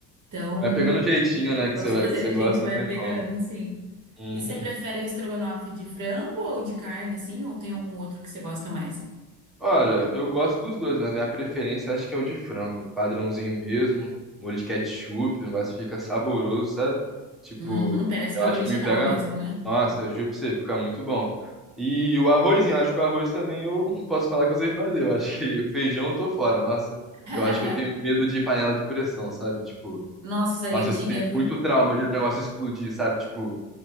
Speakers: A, on the right; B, in the centre.
A: Então,
B: Vai pegando o jeitinho, né,
A: é o que
B: que
A: eu gosto
B: você
A: de
B: vai,
A: fazer.
B: que você
A: A
B: gosta,
A: gente vai
B: não tem
A: pegando,
B: como.
A: assim.
B: Uhum.
A: E você prefere estrogonofe de frango ou de carne, assim? Ou tem algum outro que você gosta mais?
B: Olha, eu gosto dos dois, mas minha preferência acho que é o de frango, padrãozinho mesmo, molho de ketchup, o negócio fica saboroso, sabe? Tipo,
A: Uhum, parece
B: eu
A: que é
B: acho
A: o original
B: que me pega.
A: mesmo,
B: ma-
A: né?
B: Nossa, eu juro pra você, fica muito bom. E o arrozinho, eu acho que o arroz também eu <laughs> não posso falar que eu sei fazer. Eu acho que o feijão eu tô fora. Nossa,
A: <laughs>
B: eu acho que eu tenho medo de panela de pressão, sabe? Tipo,
A: Nossa,
B: nossa,
A: eu tinha,
B: eu tenho
A: viu?
B: muito trauma de negócio explodir, sabe? Tipo,